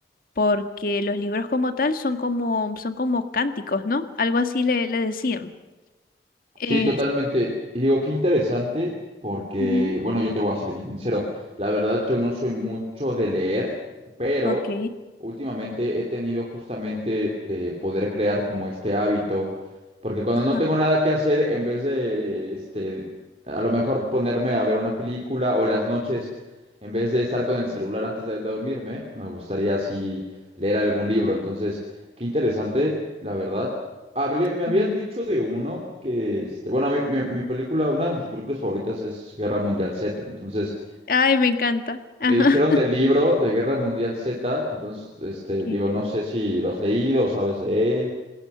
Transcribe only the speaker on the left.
porque los libros como tal son como, son como cánticos, ¿no? Algo así le, le decían. Es-
Ujú.
Ok.
Ajá.
Ujú.
Ay, me encanta. Ajá.
Ok.